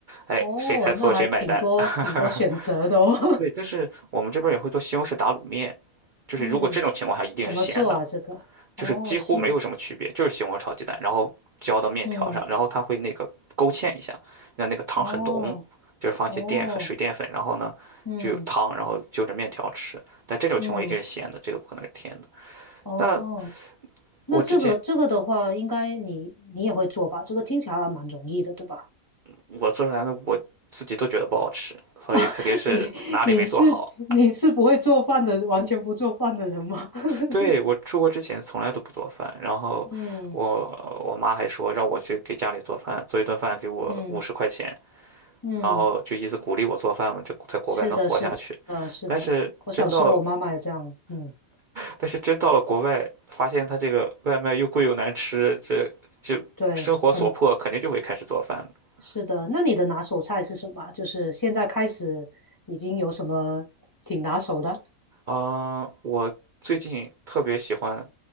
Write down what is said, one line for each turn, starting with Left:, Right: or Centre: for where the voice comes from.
Right: 哎，
Left: 哦，
Right: 谁猜错了谁买单。
Left: 那还挺多挺多选择的哦。
Right: <laughs> 对，但是我们这边也会做西红柿打卤面，
Left: <laughs>
Right: 就是如果这种情况下一定是咸的，
Left: 嗯，怎么做啊？这个？
Right: 就是几乎没有什么区别，
Left: 哦，行。
Right: 就是西红柿炒鸡蛋，然后浇到面条上，
Left: 嗯，
Right: 然后它会那个勾芡一下，让那个汤很浓，
Left: 哦，
Right: 就是放一些淀粉、
Left: 哦，
Right: 水淀粉，然后呢就有汤，
Left: 嗯，
Right: 然后就着面条吃。但这种情况一定是咸的，
Left: 嗯，
Right: 这个不可能是甜的。
Left: 哦，
Right: 那
Left: 那这个这个的话，
Right: 我之前
Left: 应该你你也会做吧？这个听起来还蛮容易的，对吧？
Right: 我做出来的我自己都觉得不好吃，所以肯定是哪里没做好。
Left: <laughs> 啊，你你是你是不会做饭的，完全不做饭的人吗？<laughs>
Right: 对，我出国之前从来都不做饭，然后我我妈还说让我去给家里做饭，
Left: 嗯
Right: 做一顿饭给我五十块钱，
Left: 嗯嗯，
Right: 然后就一直鼓励我做饭嘛，就在国外能活下去。
Left: 是的，是的，是的。
Right: 但是真到了，
Left: 我小时候我妈妈也这样，嗯，
Right: 但是真到了国外，发现他这个外卖又贵又难吃，这这生活所迫，
Left: 对，很
Right: 肯定就会开始做饭的。
Left: 是的，那你的拿手菜是什么啊就是现在开始已经有什么挺拿手的？
Right: 啊、我最近特别喜欢